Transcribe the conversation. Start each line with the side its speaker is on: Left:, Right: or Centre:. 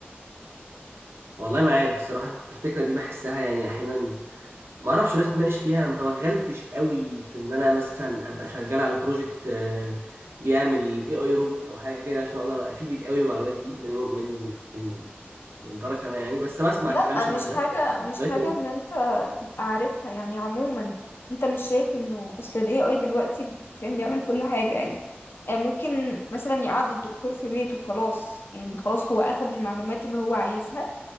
Right: والله ما عارف الصراحة الفكرة دي بحسها يعني احيانا ما اعرفش الناس بتناقش فيها انا ما توغلتش قوي في ان انا مثلا ابقى شغال على بروجكت آه، بيعمل اي اي روبوت او حاجه كده عشان اقدر افيدك قوي بالمعلومات دي من من من من طرفي انا يعني بس بسمع
Left: لا
Right: الكلام شبه
Left: مش
Right: ده
Left: حاجة مش
Right: لكن
Left: حاجة ان انت تبقى عارفها يعني عموما انت مش شايف انه اصل ال AI دلوقتي فين بيعمل كل حاجة يعني آه ممكن مثلا يقعد الدكتور في بيته خلاص يعني خلاص هو اخذ المعلومات اللي هو عايزها